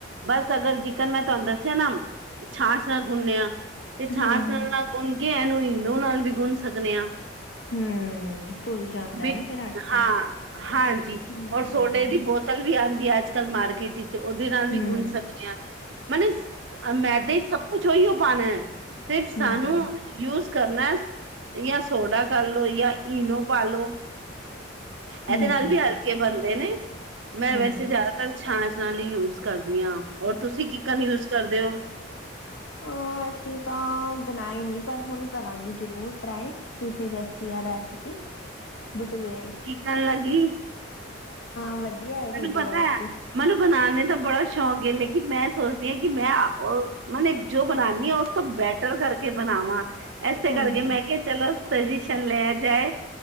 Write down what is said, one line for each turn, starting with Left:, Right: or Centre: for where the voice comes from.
Right: ਬਸ ਅਗਰ ਜਿਕਨ ਮੈਂ ਤੁਆਨੂੰ ਦੱਸੇਏ ਨਾ, ਛਾਂਛ ਨਾਲ ਗੁੰਨੇ ਆ ਤੇ ਛਾਸ
Left: ਹਾਂ ਹਾਂ
Right: ਨਾਲ ਨਾ ਗੁੰਨ ਕੇ, ਇਹਨੂੰ ਇਨੋ ਨਾਲ ਵੀ ਗੁੰਨ ਸਕਦੇ ਆਂ।
Left: ਹੂੰ ਫੁੱਲ ਜਾਂਦਾ
Right: ਬੀਕ
Left: ਹੈ ਨਾ ਫਿਰ ਆਟਾ
Right: ਹਾਂ, ਹਾਂਜੀ,
Left: ਹੂੰ
Right: ਔਰ ਸੋਡਾ ਏ ਦੀ ਬੋਤਲ ਵੀ ਆਉਂਦੀ ਆ, ਅੱਜ ਕੱਲ ਮਾਰਕੀਟ ਵਿੱਚ, ਉਹਦੇ ਨਾਲ ਵੀ
Left: ਹੂੰ
Right: ਗੁੰਣ ਸਕਦੇ ਜੀ ਹਾਂ ਮੈਨੇ ਮੈਦੇ 'ਚ ਸਭ ਕੁਛ ਉਹੀਉ ਹੋ ਪਾਣਾ ਸਿਰਫ ਸਾਨੂੰ
Left: ਹੂੰ
Right: ਯੂਜ ਕਰਨਾ ਯਾ ਸੋਡਾ ਕਰ ਲਓ ਯਾ ਈਨੋ ਪਾ ਲੋ। ਇਹਦੇ
Left: ਹੂੰ
Right: ਨਾਲ ਵੀ ਹਲਕੇ ਬਣਦੇ ਨੇ ਮੈਂ
Left: ਹਾਂਜੀ
Right: ਵੈਸੇ ਜਾਦਾ ਛਾਂਛ ਨਾਲ ਹੀ ਯੂਜ ਕਰਦੀ ਹਾਂ ਔਰ ਤੁਸੀਂ ਕੀਕਨ ਯੂਜ ਕਰਦੇ ਹੋ।
Left: ਹਾ ਅਸੀਂ ਤਾਂ ਬਣਾਏ ਨਈ ਪਰ ਹੁਣ ਕਰਾਂਗੇ ਜ਼ਰੂਰ ਟਰਾਏ ਤੁਸੀਂ ਦਸੀ ਆ ਰੈਸਪੀ ਬਟੂਰੇ
Right: ਠੰਨ ਲੱਗੀ।
Left: ਵਧੀਆ ਹੈ
Right: ਤੈਨੂੰ
Left: ਤੁਹਾਡੀ
Right: ਪਤਾ
Left: ਰੈਸਪੀ
Right: ਮੈਨੂੰ ਬਣਾਣੇ ਦਾ ਬੜਾ ਸ਼ੌਕ ਹੈ ਲੇਕਿਨ ਮੈਂ ਸੋਚਦੀ ਹਾਂ ਕਿ ਮੈਂ ਓ ਮਨੇ ਜੋ ਬਣਾ ਉਸ ਤੋਂ ਬੈਟਰ ਕਰਕੇ ਬਣਾਵਾਂ ਇਸੇ
Left: ਹਾਂ
Right: ਕਰਕੇ
Left: ਹਾਂ
Right: ਮੈਂ ਕਿਆ ਚਲੋ ਸਜੀਸ਼ਨ ਲਿਆ ਜਾਏ